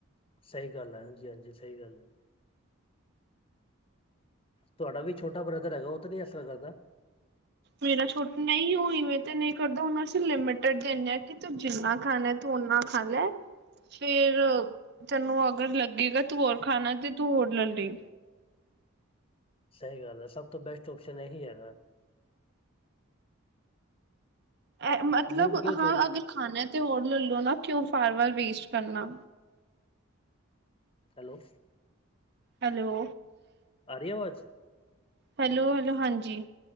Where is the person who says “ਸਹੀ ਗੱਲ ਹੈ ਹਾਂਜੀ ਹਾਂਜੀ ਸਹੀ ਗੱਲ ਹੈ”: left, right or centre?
Left